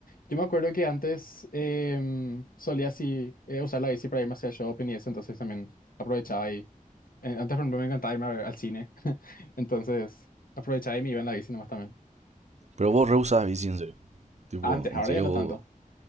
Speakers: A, on the left (about 85°); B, on the right (about 55°).
A: Yo me acuerdo que antes em, solía así eh, usar la bici para irme hacia el shopping y eso, entonces también aprovechaba y... eh, Antes, por ejemplo, me encantaba irme a ver al cine, <laughs> entonces aprovechaba y me iba en la bici nomás también.
B: Pero vos re usabas bici, en serio. Tipo,
A: Antes, ahora
B: en serio
A: ya no
B: vos.
A: tanto.